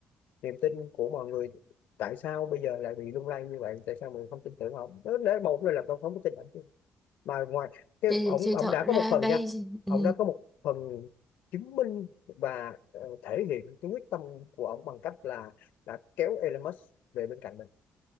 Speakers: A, on the left; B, in the centre.
A: niềm tin của mọi người tại sao bây giờ lại bị lung lay như vậy tại sao mọi người không tin tưởng ông đó để một là tôi không có tin ổng mà ngoài cái
B: thì
A: ổng
B: thì
A: ổng
B: thật
A: đã
B: ra
A: có một phần
B: đây
A: nha
B: ừ.
A: ổng đã có một phần chứng minh và ờ, thể hiện cái quyết tâm của ổng bằng cách là đã kéo Elon Musk về bên cạnh mình